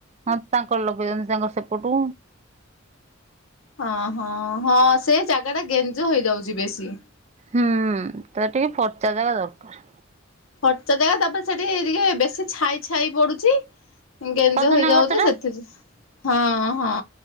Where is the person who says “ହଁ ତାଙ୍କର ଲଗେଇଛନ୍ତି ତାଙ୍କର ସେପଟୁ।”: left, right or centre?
Right